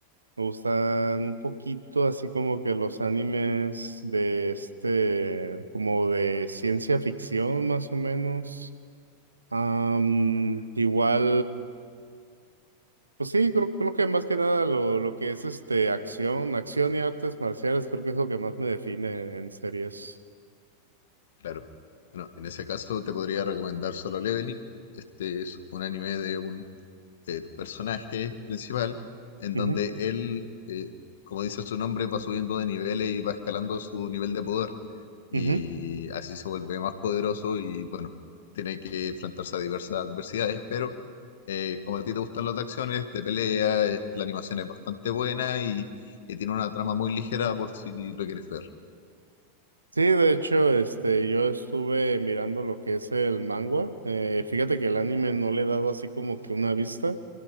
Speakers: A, on the right; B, on the left.
A: me gustan un poquito así como que los animes de este, como de ciencia ficción más o menos. Am, igual, pues sí, creo, creo que más que nada lo, lo que es este acción, acción y artes marciales, creo que es lo que más me define en, en series.
B: Claro. Bueno, en ese caso te podría recomendar Solo Leveling. Este es un anime de un eh, personaje principal, en
A: Ujú,
B: donde él, eh, como dice su nombre, va subiendo de niveles y va escalando su nivel de poder. Y
A: ujú.
B: así se vuelve más poderoso y bueno, tiene que enfrentarse a diversas adversidades, pero eh, como a ti te gustan las de acciones, de pelea, eh, la animación es bastante buena y, y tiene una trama muy ligera por si lo quieres ver.
A: Sí, de hecho, este, yo estuve mirando lo que es el manga. Eh, fíjate que el anime no le he dado así como que una vista.